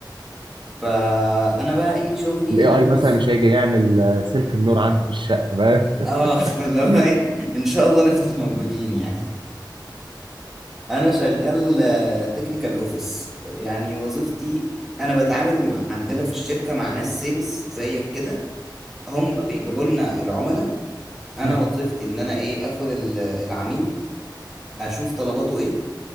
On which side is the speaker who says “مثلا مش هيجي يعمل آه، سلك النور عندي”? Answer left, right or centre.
Right